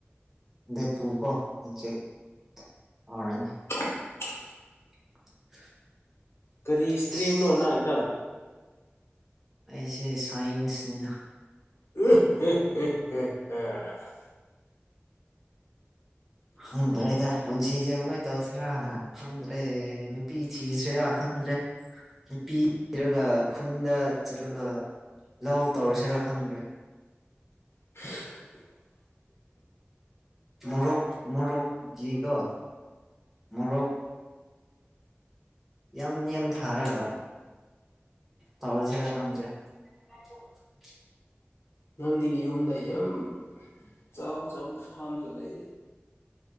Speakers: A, in the centre; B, on the left (about 75°).
A: <unintelligible> ꯍꯧꯔꯅꯤ
B: <unintelligible>
A: <unintelligible>
B: ꯀꯔꯤ ꯏꯁꯇ꯭ꯔꯤꯅꯣ
A: ꯑꯁ
B: ꯅꯪ ꯏꯇꯥꯎ
A: ꯑꯩꯁꯦ ꯁꯥꯏꯟꯁꯅꯤꯅ
B: <inaudible>
A: ꯈꯪꯗ꯭ꯔꯦꯗ ꯄꯨꯟꯁꯤꯁꯦ ꯀꯃꯥꯏꯅ ꯇꯧꯁꯤꯔꯥ ꯈꯪꯗ꯭ꯔꯦ ꯅꯨꯄꯤ ꯊꯤꯁꯤ꯭ꯔ ꯈꯪꯗ꯭ꯔꯦ ꯅꯨꯄꯤ <unintelligible> ꯈꯨꯟꯗ ꯆꯠꯂꯒ ꯂꯥꯎ ꯇꯧꯔꯁꯤꯔꯥ ꯈꯪꯗ꯭ꯔꯦ
B: <inaudible>
A: ꯃꯣꯔꯣꯛ ꯃꯣꯔꯣꯛ ꯒꯤ ꯀꯣ ꯃꯣꯔꯣꯛ ꯌꯥꯝ ꯌꯥꯝ ꯊꯥꯔꯒ ꯇꯧꯔꯥꯁꯤꯔ ꯈꯪꯗ꯭ꯔꯦ <inaudible>
B: ꯅꯪꯗꯤ ꯌꯨꯝꯗ ꯌꯥꯝ ꯆꯥꯎ ꯆꯥꯎꯕ ꯐꯥꯝꯁꯨ ꯂꯩ